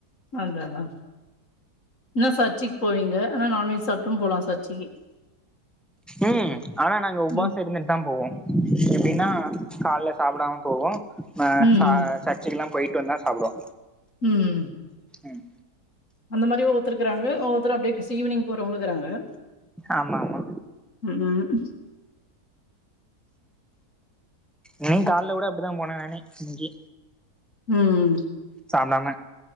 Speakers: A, on the left (about 55°); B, in the centre.
A: அத அதா என்ன சர்ச்சுக்கு போவீங்க ஆனா நான்வெஜ் சாப்ட்டு போலா சர்ச்சிக்கு
B: ம் ஆனா நாங்க உபாச
A: ம்
B: இருந்துட்டு தா போவோ எப்டின்னா கால்ல சாப்புடாம போவோ ஆ
A: ம்
B: ச
A: ம்
B: சர் ச்சுக்கல்லா போயிட்டு வந்தா சாப்டுவோ
A: ம்
B: ம்
A: அந்த மாரி ஒவ்வத்தருக்குறாங்க ஒவ்வொத்துரு அப்டியே ஈவினிங் போறவங்களு இக்குறாங்க
B: ஆமா ஆமா
A: ம் ம்
B: நீ கால்ல கூட அப்டிதா போன நானு இன்னிக்கு
A: ம்
B: சாப்டாம